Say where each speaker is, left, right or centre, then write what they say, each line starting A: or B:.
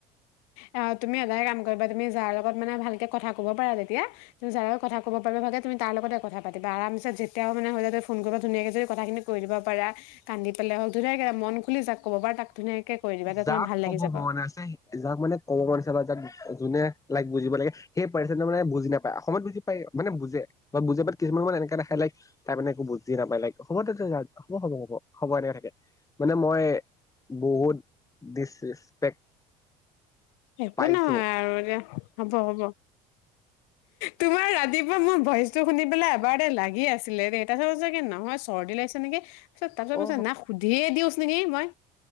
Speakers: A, on the left; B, on the left.
A: আহ তুমি এটাই কাম কৰিবা তুমি যাৰ লগত মানে ভালকে কথা ক'ব পাৰা তেতিয়া তুমি যাৰ লগত কথা ক'ব পাৰিবা ভালে তুমি তাৰ লগতে কথা পাতিবা আৰামছে যেতিয়াও মানে হয় নহ তুমি ফোন কৰিবা ধুনীয়াকে যদি কথাখিনি কৈ দিব পাৰা কান্দি পেলাই হওঁক ধুনীয়াকে মন খুলি যাক ক'ব পাৰা তাক ধুনীয়াকে কৈ দিবা তেতিয়া
B: যাক
A: তোমাৰ ভাল
B: ক'ব
A: লাগি যাব।
B: মন আছে যাক মানে ক'ব মন আছে বা যাক যোনে তাইক বুজিব লাগে সেই পাৰ্চনজনে মানে বুজি নাপায় অকণমান বুজি পায় মানে বুজে বা বুজাই পায় কিছুমান মানে এনেকা দেখাই তাইক তাই মানে একো বুজি নাপায় তাইক হ'ব দে হ'ব হব হ'ব হ'ব এনেকে থাকে মানে মই বহুত ডিচৰেচপেক্ট
A: একো
B: পাইছো
A: নহয় আৰু এতিয়া হব হব তোমাৰ ৰাতিপুৱা মোৰ ভইচটো শুনি পেলাই এবাৰ দে লাগি আছিলে দে তাৰ পাছত নহয় চৰ্দি লাগিছে নেকি তাৰপিছত
B: অ
A: সুধিয়ে দিওঁচোন নেকি মই